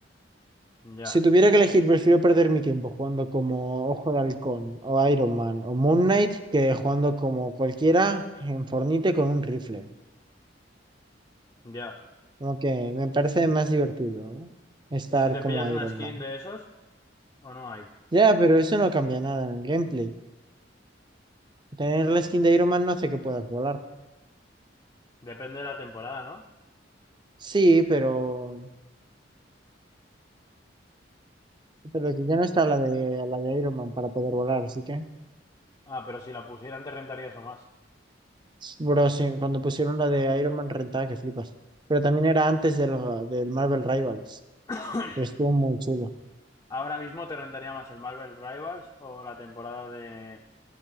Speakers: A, on the left (about 25°); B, on the right (about 25°).
A: Ya,
B: Si tuviera que elegir, prefiero perder mi tiempo jugando como Ojo de Halcón o Iron Man o Moon Knight que jugando como cualquiera en Fornite con un rifle.
A: ya.
B: Como que me parece más divertido, ¿no? Estar
A: ¿Y si te
B: como
A: pillas
B: Iron
A: una skin
B: Man.
A: de esos? ¿O no hay?
B: Ya, pero eso no cambia nada en el gameplay. Tener la skin de Iron Man no hace que puedas volar.
A: Depende de la temporada, ¿no?
B: Sí, pero, pero que ya no está la de, la de Iron Man para poder volar, así que...
A: Ah, pero si la pusieran te rentaría eso más.
B: Bro, sí, cuando pusieron la de Iron Man rentada que flipas. Pero también era antes del, del Marvel Rivals,
A: <coughs>
B: pero estuvo muy chulo.
A: Ahora mismo te rentaría más el Marvel Rivals o la temporada de,